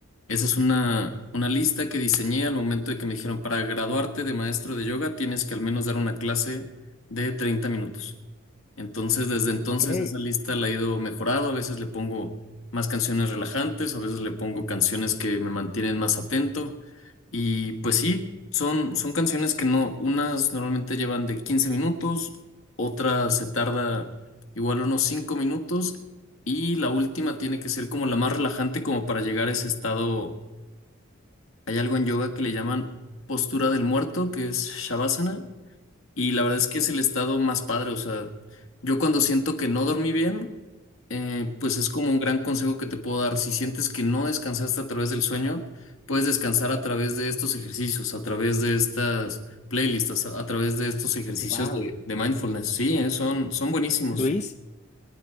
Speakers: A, on the left; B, on the left.
A: esa es una, una lista que diseñé al momento de que me dijeron, para graduarte de maestro de yoga, tienes que al menos dar una clase de 30 minutos. Entonces, desde entonces
B: Ok.
A: esa lista la he ido mejorando. A veces le pongo más canciones relajantes, a veces le pongo canciones que me mantienen más atento. Y pues sí, son, son canciones que no, unas normalmente llevan de 15 minutos, otras se tarda igual unos cinco minutos y la última tiene que ser como la más relajante como para llegar a ese estado. Hay algo en yoga que le llaman postura del muerto, que es Shavasana, y la verdad es que es el estado más padre, o sea, yo cuando siento que no dormí bien, eh, pues es como un gran consejo que te puedo dar. Si sientes que no descansaste a través del sueño, puedes descansar a través de estos ejercicios, a través de estas playlists, a, a través de estos ejercicios
B: Wow.
A: de, de mindfulness. Sí, eh, son, son buenísimos.
B: Luis,